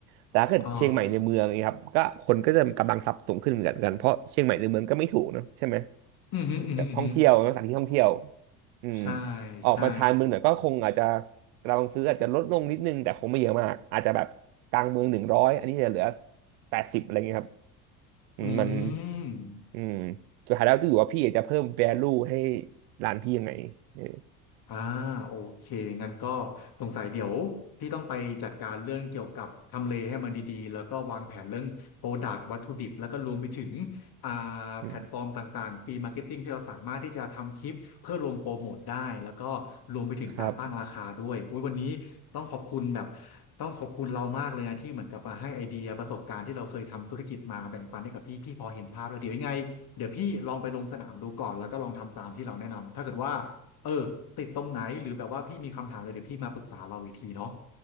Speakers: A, on the right; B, on the left.
A: แต่ถ้าเกิดเชียงใหม่ในเมืองอย่างเงี้ยครับก็คนก็จะกำลังทรัพย์สูงขึ้นเหมือนกันเพราะเชียงใหม่ในเมืองก็ไม่ถูกเนอะใช่ไหม
B: อ่าอือหืออือหืออือหือ
A: แบบท่องเที่ยวนะสถานที่ท่องเที่ยวอืม
B: ใช่
A: ออกมาชานเมืองหน่อยก็คงอาจจะ
B: ใช่
A: เราซื้ออาจจะลดลงนิดนึงแต่คงไม่เยอะมากอาจจะแบบกลางเมืองหนึ่งร้อยอันนี้จะเหลือแปดสิบอะไรเงี้ยครับอืมมัน
B: อืม
A: อืมสุดท้ายแล้วจะอยู่ว่าพี่อยากจะเพิ่ม value ให้ร้านพี่ยังไงเออ
B: อ่าโอเคงั้นก็สงสัยเดี๋ยวพี่ต้องไปจัดการเรื่องเกี่ยวกับทำเลให้มันดีๆแล้วก็วางแผนเรื่องโปรดักต์วัตถุดิบแล้วก็รวมไปถึงอ่า
A: อืม
B: แพลตฟอร์มต่างๆฟรีมาร์เก็ตติ้งที่เราสามารถที่จะทำคลิปเพื่อลงโปรโมทได้แล้วก็รวมไปถึงการตั้งราคาด้วยอุยวันนี้ต้องขอบคุณแบบ
A: ครับ
B: ต้องขอบคุณเรามากเลยนะที่เหมือนกับมาให้ไอเดียประสบการณ์ที่เราเคยทำธุรกิจมาแบ่งปันให้กับพี่พี่พอเห็นภาพแล้วเดี๋ยวยังไงเดี๋ยวพี่ลองไปลงสนามดูก่อนแล้วก็ลองทำตามที่เราแนะนำถ้าเกิดว่า เออติดตรงไหนหรือแบบว่าพี่มีคำถามอะไรเดี๋ยวพี่มาปรึกษาเราอีกทีเนาะ